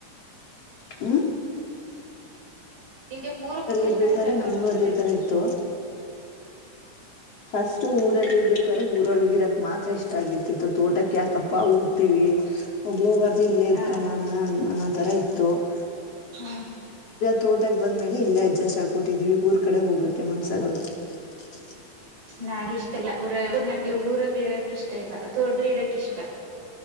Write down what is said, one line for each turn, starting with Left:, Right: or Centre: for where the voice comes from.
Left: ಹ್ಮ
Right: ನಿಮ್ಗೆಗರು
Left: ಇರ್ಬೇಕಾದ್ರೆ
Right: ಇಷ್ಟಾನ ಇಲ್ಲ ತೋಟದಲ್ಲಿ
Left: ನಮಗೂ ಅದೇ
Right: ಇದಕ್ಕ
Left: ತರ ಇತ್ತು
Right: ಇಷ್ಟಾನ.. <unintelligible>
Left: ಫಸ್ಟ್ ಊರಲ್ಲಿ ಇರ್ಬೇಕು.. <unintelligible> ಕರೆ ಊರೊಳಗಿರಕ್ ಮಾತ್ರ ಇಷ್ಟ ಆಗಿರ್ತಿತ್ತು ತೋಟಕ್ಕೆ ಯಾಕಪ್ಪ... <unintelligible> ಪ್ಪ ಹೋಗ್ತವಿ ಒಬ್ಲೇ ಬರ್್ದ ಇಲ್ಲೇ ಇದ್
Right: ಹಾ
Left: ಕಣ ನ.... <unintelligible> ತರ ಇತ್ತು.. <inaudible>
Right: ಹ್ಮ್.. <inaudible>
Left: ತೋಟಕ್ ಬಂದ್ಮೇಲೆ ಇಲ್ಲೇ ಅಡ್ಜಸ್ಟ್ ಆಗ್ಬೊಟ್ಟಿದ್ವಿ ಊರ್ ಕಡೆ ಹೋಗಕ್ಕೆ ಮನ್ಸಾಗಲ್ಲ... <unintelligible>
Right: ನಾ ಇಷ್ಟ ಇಲ್ಲ ಅವರರು ನಮಗೆ ಊರಲ್ಲಿ ಇರಕ್ ಇಷ್ಟ ಇಲ್ಲ ತೋಡ್ಲಿ ಇರಕ್ ಇಷ್ಟ